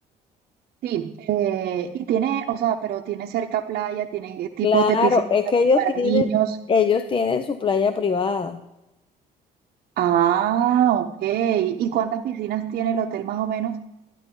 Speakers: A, on the right (about 60°); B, on the left (about 30°).
A: Sí, eh, y tiene, o sea, pero tiene cerca playa, tiene tipos
B: Claro,
A: de piscinas
B: es
A: también
B: que ellos
A: para
B: tienen,
A: niños.
B: ellos tienen su playa privada.
A: Ah, ok. ¿Y cuántas piscinas tiene el hotel más o menos?